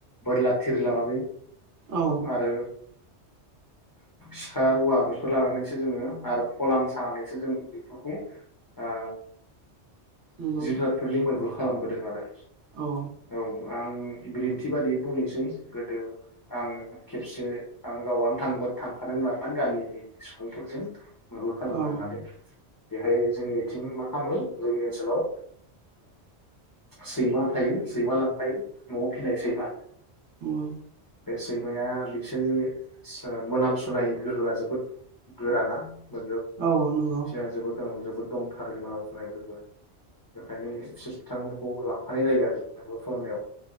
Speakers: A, on the left; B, on the right.
A: बोरला थिर लानानै
B: औ
A: आरो सिखा रुवा बेफोर लानानैसो जोङो आरो फलान सानानैसो जों बेफोरखौ ओ
B: नंगौ
A: जिब जुनार फोरनि मैहुर बोदों आरो
B: औ
A: औ आं बिदिन्थि बादियै बुंनोसै गोदो आङो खेबसे आं गावआनो थां थांफादोंमोन आरोना गामि सुबुंफोरजों मैहुर खालामनो
B: औ
A: होननानै बेहाय जोंनिथिं मा खालामो जोंनि ओनसोलाव ओ सैमा थायो सैमा लांफायो न'आव फिनाय सैमा
B: उम
A: बे सैमाया बिसोरनि सो मोनामसुनाय गोहोआ जोबोद गोराना मा
B: औ नंगौ
A: सियान जोबोद <unintelligible> दंथारो मोन जुनाय गोहोआ बेखायनो बिसोर <unintelligible> खौ लांफानाय जायो आरो मा मैहुर खालामनायाव